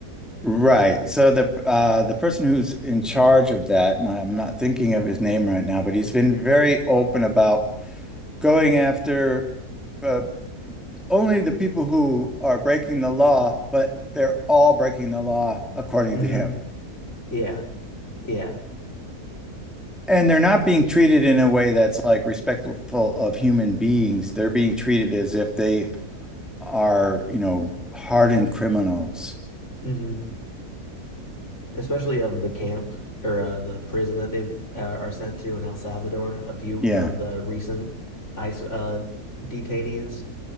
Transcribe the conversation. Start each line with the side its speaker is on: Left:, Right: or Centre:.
Centre: Right. So the uh, the person who's in charge of that, and I'm not thinking of his name right now, but he's been very open about going after uh, only the people who are breaking the law, but they're all breaking the law according
Left: hmm
Centre: to him.
Left: Yeah. Yeah.
Centre: And they're not being treated in a way that's like respectful of human beings. They're being treated as if they are, you know, hardened criminals.
Left: hmm Especially um the camp or uh, the prison that they uh, are sent to in El Salvador, a few
Centre: Yeah.
Left: of the recent ICE uh detainees.